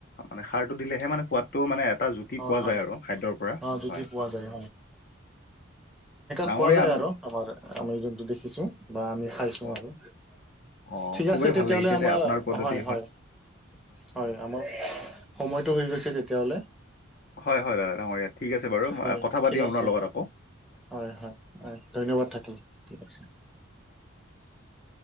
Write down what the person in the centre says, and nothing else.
হয়
হয়
অ জুতি
পোৱা যায়
পোৱা যায়
আৰু আমাৰ আমি যোনটো দেখিছো বা আমি খাইছো
আৰু
ঠিক
আছে
তেতিয়াহ'লে
আমাৰ
হয় হয় হয় আমাৰ সময়তটো হৈ গৈছে তেতিয়াহলে
হয়
ঠিক
আছে
হয় হয় হয় ধন্যবাদ থাকিল ঠিক আছে